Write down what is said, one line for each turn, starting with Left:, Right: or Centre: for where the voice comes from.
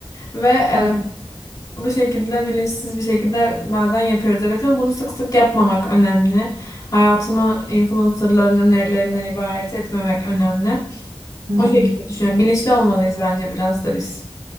Left: Ve e,
Right: Ben
Left: bu şekilde bilinçsiz bir şekilde bazen yapıyoruz. Evet ama bunu sık sık yapmamak önemli. Hayatını influencerların önerilerinden ibaret etmemek önemli.
Right: hı hı.
Left: O şekilde düşünüyorum. Bilinçli olmalıyız bence biraz da biz.